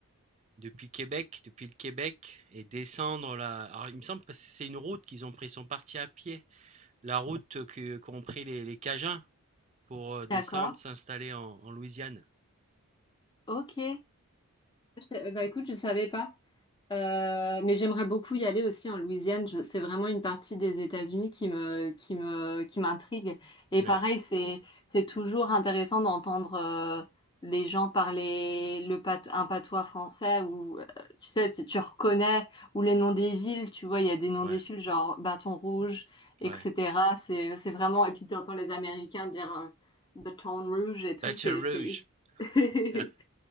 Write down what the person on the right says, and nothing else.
depuis Québec, depuis le Québec, et descendre la. Alors, il me semble que c'est une route qu'ils ont pris, ils sont partis à pied. La route que- qu'ont pris les, les Cajuns pour euh, descendre,
s'installer en, en Louisiane.
Ouais,
ouais,
ouais.
Baton
Rouge.
<laughs>